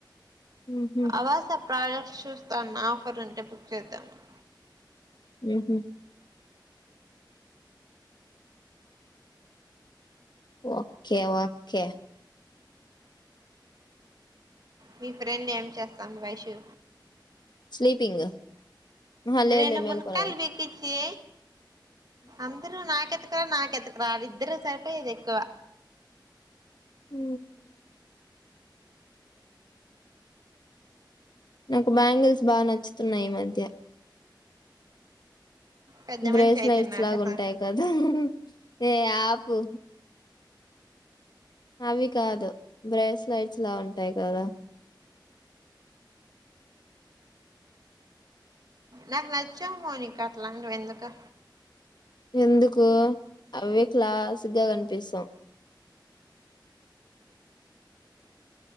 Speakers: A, on the left; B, on the right.
A: ఊహూ
B: ఆవాస ప్రోడక్ట్స్ చూస్తాన్న ఆఫర్ అంటే బుక్ చేద్దాం అని
A: ఉహ ఓకే ఓకే
B: మీ ఫ్రెండ్ ఏం చేస్తుంది వైషు
A: స్లీపింగ్ ఆహా లేదులే
B: రెండు
A: మేలుకునే
B: మునక్కాయలు పిలిచి అందరు నాకత్ నాకు ఎతుకు రా ఇద్దరు సరిపోయారు ఎక్కువ
A: హ నాకు బ్యాంగిల్స్ బాగా నచ్చుతున్నాయి ఈ మధ్య
B: పెద్ద
A: బ్రేస్లెట్స్
B: మనిషి అయితున్నారు
A: లాగా
B: కదా
A: ఉంటాయి కదా ఏ ఆపు అవి కాదు బ్రేస్లైట్స్ లా ఉంటాయి కదా
B: నాకు నచ్చవు మౌనిక అట్లాటివి ఎందుకో
A: ఎందుకు అవే క్లాగ్గా కనిపిస్తాం